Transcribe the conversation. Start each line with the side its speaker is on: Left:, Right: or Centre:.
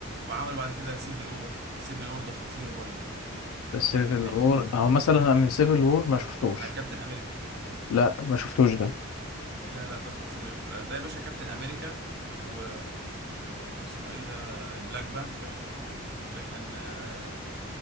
Right: وعملوا بعد كده سيفل وور سيفل وور ده خطير برضو
Left: سيفل
Right: يعني فايت
Left: وور او مثلا أنا من سيفل وور ما شفتوش
Right: بتاع كابتن أمريكا
Left: لا ما شفتوش ده
Right: لا لا ده خطير ده, ده يا باشا كابتن أمريكا و... واسمه إيه ده بلاك بانثر كان آه،